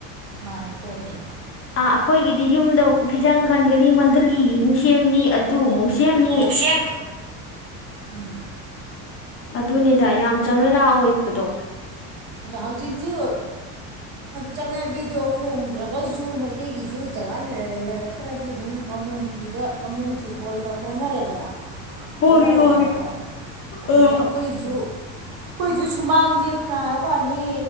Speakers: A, on the right; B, on the left.
A: ꯃꯥꯅꯦ ꯀꯣꯃꯤꯜ
B: ꯑꯥ ꯑꯩꯈꯣꯏꯒꯤꯗꯤ ꯌꯨꯝꯗꯨꯛ ꯐꯤꯖꯪ ꯈꯟꯒꯅꯤ ꯃꯟꯗꯂꯤꯃꯨꯛ ꯁꯦꯝꯅꯤ ꯑꯗꯨꯃꯨꯛ ꯁꯦꯝꯅꯤ
A: ꯑꯃꯨꯛ ꯁꯦꯝ ꯎꯝ
B: ꯑꯗꯨꯅꯤꯗ ꯌꯥꯝ ꯆꯃꯦꯂꯥ ꯑꯣꯏꯕꯗꯣ
A: ꯑꯗ ꯍꯧꯖꯤꯛꯁꯨ ꯆꯠꯅꯕꯤꯗꯣ ꯍꯣꯡꯗ꯭ꯔꯒꯁꯨ ꯃꯩꯇꯩꯒꯤꯁꯨ ꯆ ꯂꯩꯔꯛꯇ꯭ꯔꯗꯤ ꯑꯗꯨꯝ ꯀꯝꯃꯨꯅꯤꯇꯤꯗ ꯀꯝꯃꯨꯅꯤꯇꯤ ꯍꯣꯜꯗ ꯍꯣꯡꯅꯔꯦꯗꯅ
B: ꯍꯣꯡꯉꯦ
A: ꯀꯧꯅꯔꯗꯅꯀꯣ
B: ꯍꯣꯡꯉꯦ
A: ꯑꯗꯨꯅꯦ
B: ꯑꯥ
A: ꯑꯩꯈꯣꯏꯁꯨ ꯀꯣꯏꯁꯨ ꯁꯨꯃꯥꯡꯁꯦ ꯐꯅ ꯍꯥꯏ ꯋꯥꯅꯤ